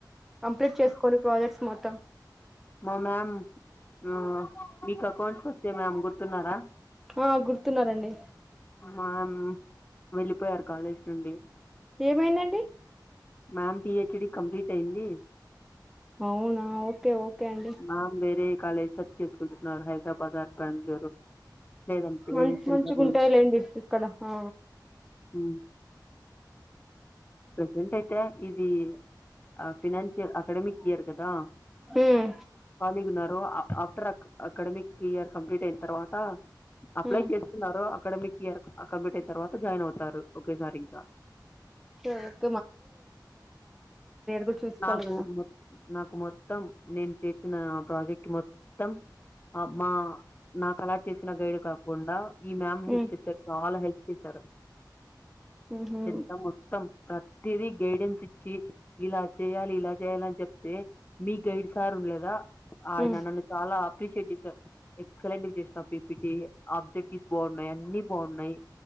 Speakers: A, in the centre; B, on the left (about 25°).
A: కంప్లీట్ చేసుకోండి ప్రాజెక్ట్స్ మొత్తం
B: మా మ్యామ్ అ మీక్ అకౌంట్స్ వచ్చే మ్యామ్ గుర్తున్నారా
A: ఆ గుర్తున్నారండి
B: మామ్ వెళ్ళిపోయారు కాలేజ్ నుండి
A: ఏమైందండి
B: మ్యామ్ పిహెచ్ డి కంప్లీట్ అయింది
A: అవునా ఓకే ఓకే అండి
B: మ్యామ్ వేరే కాలేజ్ సర్చ్ చేసుకుంటున్నారు హైదరాబాద్ బెంగళూరు లేదంటే
A: మంచి
B: సెంటరు
A: మంచిగా ఉంటాయిలేండి ఇక్కడ ఆ
B: ఉ ప్రెసెంట్ అయితే ఇది ఆ ఫినాన్షియల్ అకడమిక్ రఇయరు కదా
A: ఉమ్
B: కాళీగున్నారు ఆఫ్టర్ అక్ అకడమిక్ ఇయర్ కంప్లీట్ అయిన తర్వాత అప్లై
A: ఉమ్
B: చేస్తున్నారు అకాడమిక్ ఇయర్ కంప్లీట్ అయిన తర్వాత జాయిన్ అవుతారు. ఒకేసారి ఇంకా
A: ఆ కూడా చూసుకోవాలి
B: నాకు
A: కదా
B: ము నాకు మొత్తం నేను చేసిన ప్రాజెక్ట్ మొత్తం మా నాకలట్ చేసిన గైడ్ కాకుండా ఈ మ్యామ్ హెల్ప్
A: ఉమ్
B: చేసారు చాలా హెల్ప్ చేసారు
A: ఉహు
B: ఎంత మొత్తం ప్ర తిదీ గైడెన్స్ ఇచ్చి ఇలా చేయాలి ఇలా చేయాలి అని చెప్తే మీ గైడ్ సార్ ఉండలేదా ఆయన
A: ఉమ్
B: నన్ను చాలా అప్రిషియేట్ చేసారు ఎక్సలెంట్ చేసినా పిపిటి ఆబ్జెక్టిస్ బాగున్నాయి అన్ని బాగున్నాయి